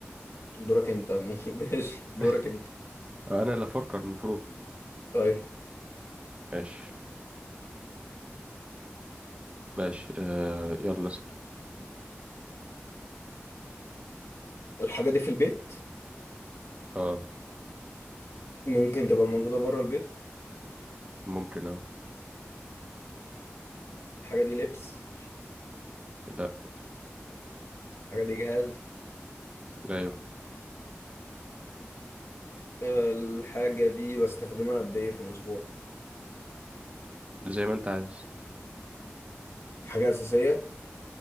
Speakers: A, on the left; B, on the right.
A: دورك أنت ممكن <laughs> ماشي دورك
B: <laughs>
A: أنت
B: آه، أنا اللي أفكر المفروض
A: طيب
B: ماشي ماشي آه يلا اسأل
A: الحاجة دي في البيت
B: اه
A: ممكن تبقى موجودة بره البيت
B: ممكن اه
A: الحاجة دي لبس
B: لا
A: الحاجة دي جهاز
B: أيوه
A: آه، الحاجة دي بستخدمها قد إيه في الأسبوع
B: زي ما أنت عايز
A: حاجة أساسية